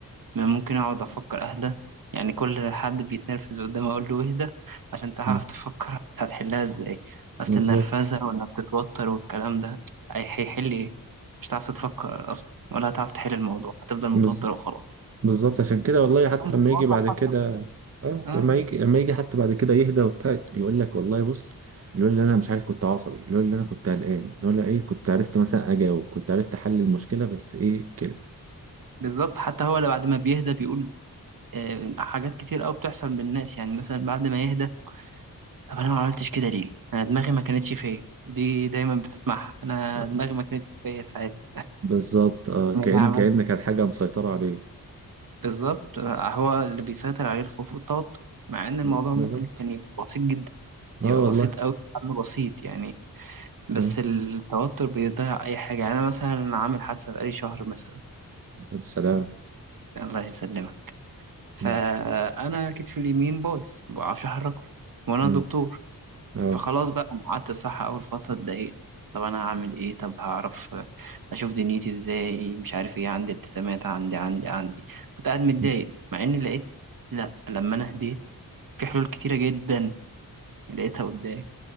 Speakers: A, on the right (about 65°); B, on the right (about 40°).
A: ما ممكن اقعد افكر اهدى يعني كل حد بيتنرفز قدامي اقول له اهدى عشان تعرف
B: مم.
A: تفكر هتحلها ازاي اصل
B: بالظبط
A: النرفزه وانك تتوتر والكلام ده هي- هيحل ايه مش هتعرف تفكر اصلا ولا هتعرف تحل الموضوع هتفضل متوتر
B: بز-
A: وخلاص
B: بالظبط عشان كده والله حتى
A: أمر
B: لما
A: الواقع
B: يجي بعد
A: حصل
B: كده اه
A: اه
B: لما يجي لما يجي حتى بعد كده يهدى وبتاع يقول لك والله بص يقول لي انا مش عارف كنت عصبي يقول لي انا كنت قلقان يقول لي ايه كنت عرفت مثلا اجاوب كنت عرفت احل المشكله بس ايه كده
A: بالظبط حتى هو اللي بعد ما بيهدى بيقول آه، حاجات كتير قوي بتحصل بالناس يعني مثلا بعد ما يهدى طب انا ما عملتش كده ليه انا دماغي ما كانتش فيا دي دايما بتسمعها انا
B: آه،
A: دماغي ما كانتش فيا ساعتها
B: بالظبط اه كأن
A: انا عملت
B: كأن كانت حاجه مسيطره عليه
A: بالظبط آه، هو اللي بيسيطر عليه الخوف والتوتر مع ان الموضوع
B: آه، بالظبط
A: ممكن كان يبقى بسيط جدا
B: اه
A: يبقى
B: والله
A: بسيط أوي حل بسيط يعني بس
B: اه
A: التوتر بيضيع أي حاجة يعني أنا مثلا عامل حادثة بقالي شهر مثلا
B: الف سلامه
A: الله يسلمك فأنا
B: مم.
A: كتفي اليمين بايظ مبعرفش أحركه وأنا
B: مم.
A: دكتور
B: اه
A: فخلاص بقى أنا قعدت الصح أول فترة اتضايقت طب أنا هعمل إيه طب هعرف أشوف دنيتي إزاي مش عارف إيه عندي التزامات عندي عندي عندي كنت قاعد متضايق
B: مم.
A: مع إني لقيت لأ لما أنا هديت في حلول كتيرة جدا لقيتها قدامي